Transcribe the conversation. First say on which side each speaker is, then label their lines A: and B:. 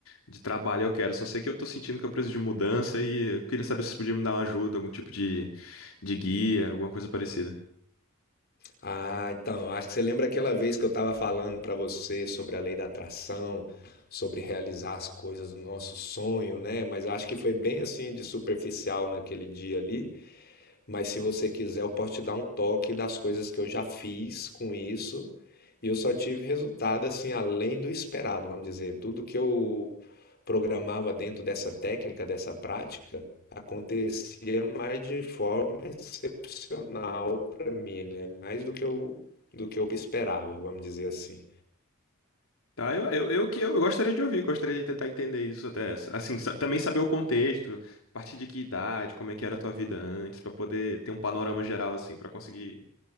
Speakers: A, on the left; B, on the left.
A: de trabalho eu quero. Só sei que eu tô sentindo que eu preciso de mudança e eu queria saber se você podia me dar uma ajuda, algum tipo de, de guia, alguma coisa parecida.
B: Ah, então, eu acho que você lembra aquela vez que eu estava falando para você sobre a lei da atração, sobre realizar as coisas do nosso sonho, né? Mas acho que foi bem assim de superficial naquele dia ali. Mas se você quiser, eu posso te dar um toque das coisas que eu já fiz com isso. E eu só tive resultado assim além do esperado, vamos dizer. Tudo que eu programava dentro dessa técnica, dessa prática, acontecia mais de forma excepcional para mim, né? Mais do que eu do que eu esperava, vamos dizer assim.
A: Tá, eu, eu, eu que eu gostaria de ouvir, gostaria de tentar entender isso até, assim, sa- também saber o contexto, a partir de que idade, como é que era a tua vida antes, pra poder ter um panorama geral assim, pra conseguir